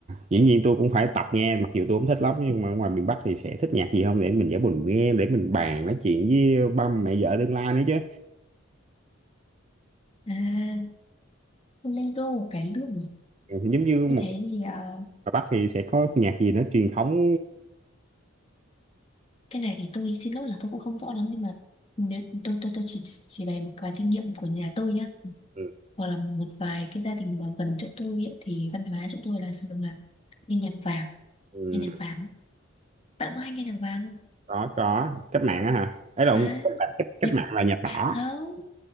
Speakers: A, on the right; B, on the left.
A: dĩ nhiên tôi cũng phải tập nghe mặc dù tôi không thích lắm nhưng mà ngoài miền Bắc thì sẽ thích nhạc gì không để mình giả mình nghe để mình bàn nói chuyện với ba mẹ vợ tương lai nữa chứ.
B: À, Bolero, của cải lương à?
A: Ừ, Giống như
B: Tôi
A: một
B: thấy thì ờ,
A: ở Bắc thì sẽ có nhạc gì nó truyền thống
B: cái này thì tôi xin lỗi là tôi cũng không rõ lắm nhưng mà nếu tôi tôi tôi chỉ chỉ bày một vài kinh nghiệm của nhà tôi nhá
A: ừ,
B: hoặc là một vài cái gia đình mà gần chỗ tôi ấy, thì văn hóa chỗ tôi là thường là nghe nhạc vàng
A: ừ.
B: nghe nhạc vàng bạn có hay nghe nhạc vàng không
A: có có cách mạng á hả ấy là ông
B: à,
A: cách, cách cách
B: nhạc
A: mạng là nhà đỏ
B: không